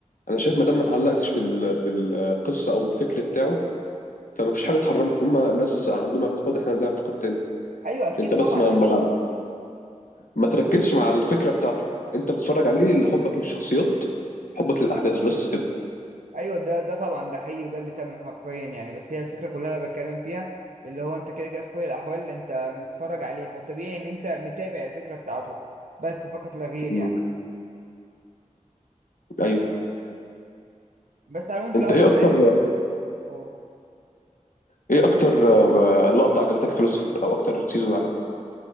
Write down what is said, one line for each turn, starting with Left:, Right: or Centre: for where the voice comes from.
Left: انا شايف ما دام ما اتعلقتش بال... بالقصه او الفكر بتاعه فما فيش حاجه تحرمهم هما ناس عندهم اعتقاد احنا عندنا اعتقاد تاني
Right: ايوه اكيد
Left: انت
Right: طبعا
Left: بس ما ما,
Right: اكيد
Left: ما تركزش مع الفكره بتاعته انت بتتفرج عليه لحبك للشخصيات حبك للاحداث بس كده
Right: ايوه ده ده طبعا ده حقيقي وده اللي تم حرفيا يعني بس هي الفكره كلها انا بتكلم فيها اللي هو انت كده كده في كل الاحوال انت متفرج عليه فالطبيعي ان انت متابع الفكره بتاعته بس فقط لا غير
Left: مم.
Right: يعني
Left: ايوه
Right: بس على العموم في
Left: انت
Right: الاول
Left: ايه
Right: وفي
Left: اكتر
Right: الاخر هو
Left: ايه اكتر آه، لقطة عجبتك في لوسيفر او اكتر سيزون عجبك